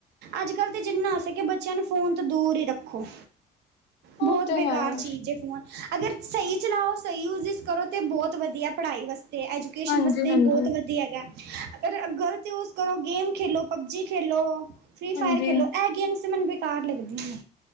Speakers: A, on the right; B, on the left.
A: ਅੱਜ -ਕੱਲ੍ਹ ਤਾਂ ਜਿੰਨਾ ਹੋ ਸਕੇ ਕਿ ਬੱਚਿਆਂ ਨੂੰ ਫੋਨ ਤੋਂ ਦੂਰ ਹੀ ਰੱਖੋ।
B: ਉਹ
A: ਬਹੁਤ
B: ਤੇ
A: ਬੇਕਾਰ
B: ਹੈ।
A: ਚੀਜ਼ ਏ ਫੋਨ ਅਗਰ ਸਹੀ ਚਲਾਓ ਸਹੀ ਯੂਜ਼ਸ ਕਰੋ ਤੇ ਬਹੁਤ ਵਧੀਆ ਪੜ੍ਹਾਈ ਵਾਸਤੇ ਐਜੂਕੇਸ਼ਨ
B: ਹਾਂਜੀ
A: ਵਾਸਤੇ
B: ਹਾਂਜੀ
A: ਵੀ ਬਹੁਤ ਵਧੀਆ ਹੈਗਾ। ਅਗਰ ਗ਼ਲਤ ਯੂਸ ਕਰੋ ਗੇਮ ਖੇਲੋ, ਪਬਜੀ ਖੇਲੋ ਫਰੀ
B: ਹਾਂਜੀ
A: ਫਾਇਰ ਖੇਲੋ। ਐ ਗੇਮਸ ਤੇ ਮੈਨੂੰ ਬੇਕਾਰ ਲੱਗਦੀਆਂ ਨੇ।